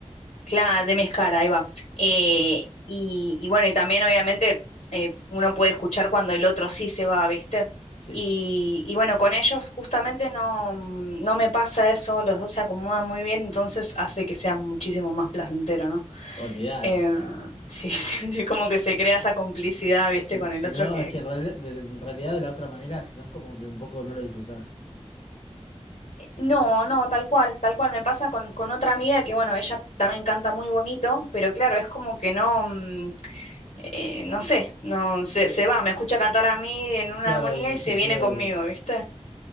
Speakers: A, on the left; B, on the left.
A: Claro, de mi escala, ahí va. Eh, y, y bueno, y también obviamente eh, uno puede escuchar cuando el otro sí se va, ¿viste?
B: Sí,
A: Y, y bueno, con ellos justamente no, no me pasa eso, los dos se acomodan muy bien, entonces hace que sea muchísimo más placentero, ¿no?
B: olvídate.
A: Eh, sí, <laughs> sí, como que se crea esa complicidad, ¿viste?
B: Si,
A: Con
B: si
A: el otro
B: no,
A: que...
B: es que en realidad, de, en realidad de la otra manera, si no es como que un poco no lo disfrutás.
A: eh, No, no, tal cual, tal cual. Me pasa con, con otra amiga que, bueno, ella también canta muy bonito, pero claro, es como que no... mm, eh, no sé, no se, se va, me escucha cantar a mí en una
B: Claro,
A: armonía
B: y
A: y se
B: se pierde.
A: viene conmigo, ¿viste?